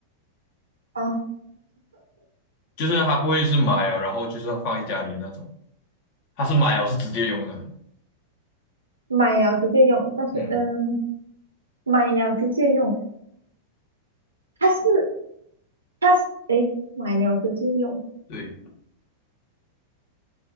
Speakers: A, on the right; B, on the left.
A: 啊，
B: 就是它不会是买了，然后就是放在家里的那种，它是买了是直接用的那个。
A: 买了直接用，但是嗯，
B: 嗯，
A: 买了直接用，它是它是诶，哎买了直接用，
B: 对。